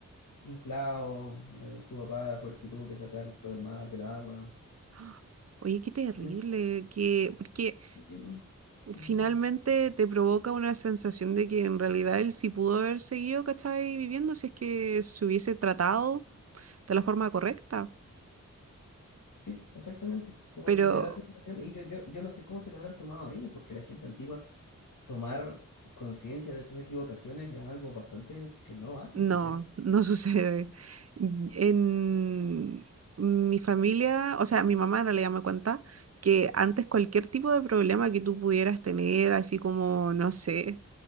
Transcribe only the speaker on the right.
¡Ah! Oye, qué terrible,
que, porque
finalmente te provoca una sensación de que en realidad él sí pudo haber seguido, ¿cachai? Viviendo si es que se hubiese tratado de la forma correcta.
Pero
No,
<laughs> no sucede. En mi familia, o sea, mi mamá en realidad me cuenta que antes cualquier tipo de problema que tú pudieras tener, así como, no sé,